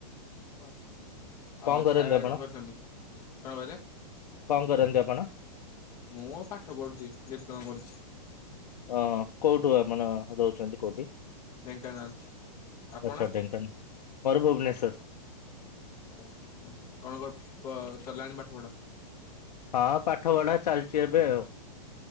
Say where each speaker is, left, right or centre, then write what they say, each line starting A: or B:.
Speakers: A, on the left; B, on the left.
A: ହ ଆଉ
B: କଣ କରନ୍ତି
A: ଖାଇବାରେ
B: ଆପଣ
A: କଣ କରିଚନ୍ତି କଣ କହିଲେ?
B: କଣ କରନ୍ତି ଆପଣ?
A: ମୁଁ ପାଠ ପଢୁଚି ଡିପ୍ଲୋମା କରୁଚି।
B: ଅ କୋଉଠୁ ଆପଣ ରହୁଚନ୍ତି କୋଉଠି?
A: ଢେଙ୍କାନାଳ ଆପଣ?
B: ଆଛା ଢେଙ୍କାନ ମୋର ଭୁବନେଶ୍ୱର।
A: ଓ କଣ କଣ ସଲାଣି ପାଠପଢା।
B: ହଁ ପାଠ ପଢା ଚାଲିଚି ଏବେ ଆଉ।